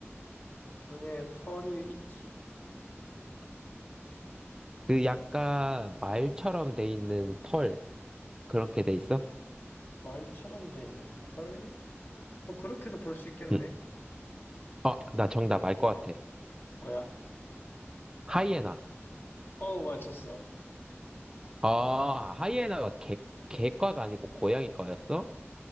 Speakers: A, on the left (about 50°); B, on the right (about 15°).
A: 등에 털이 있지?
B: 그 약간 말처럼 돼 있는 털, 그렇게 돼 있어?
A: 말처럼 돼 있는 털? 뭐 그렇게도 볼 수 있겠네.
B: 응. 어, 나 정답 알 것 같아.
A: 뭐야?
B: 하이에나.
A: 어, 맞췄어.
B: 아, 하이에나가 개, 개과가 아니고 고양이과였어?